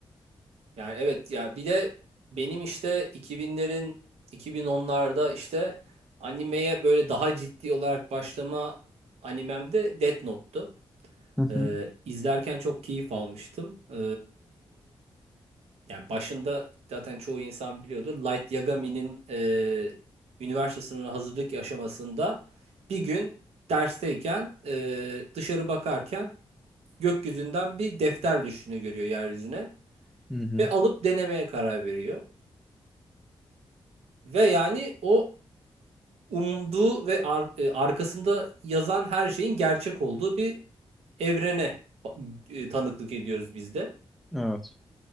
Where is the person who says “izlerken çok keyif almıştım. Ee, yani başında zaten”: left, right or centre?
Right